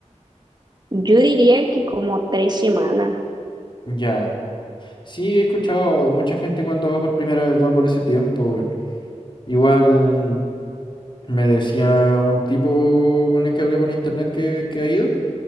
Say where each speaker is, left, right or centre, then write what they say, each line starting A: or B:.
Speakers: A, on the right (about 35°); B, on the left (about 40°).
A: yo diría que como tres semanas.
B: ya. Sí, he escuchado mucha gente cuando va por primera vez va por ese tiempo, weón. Igual me decía un tipo con el que hablé por internet que, que ha ido,